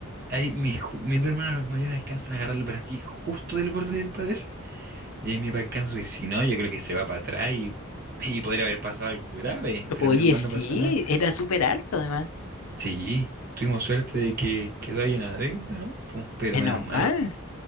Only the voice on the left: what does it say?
Oye,
sí,
era súper alto además.
Menos
mal.